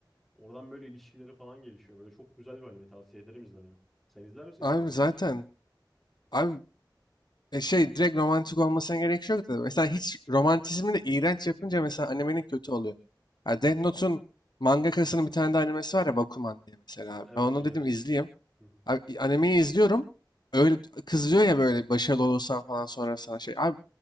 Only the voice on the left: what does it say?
Abi
zaten abi e, şey direkt romantik olmasına gerek yok da mesela hiç romantizmi de iğrenç yapınca mesela animenin kötü oluyor. Ya Death Note'un mangakasının bir tane de animesi var ya Bakuman diye mesela abi.
Ben onu
dedim izleyeyim.
Abi i- animeyi izliyorum. Öyle kızıyor ya böyle başarılı olursan falan sonra sana şey. Abi